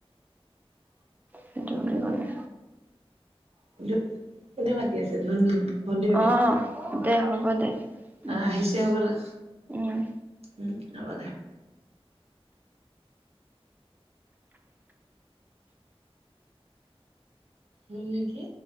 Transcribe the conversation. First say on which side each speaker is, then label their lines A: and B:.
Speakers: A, on the right; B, on the right.
A: সেইটো বুলি কলে।
B: জুত কোনে মাতি আছে ধুন ধুন। ভণ্টি আমি
A: অ দে হব। হ'য় দে উম
B: আহ আহিছে অ বোলা
A: উম
B: উম যাবা দে সোণ তাম নেকি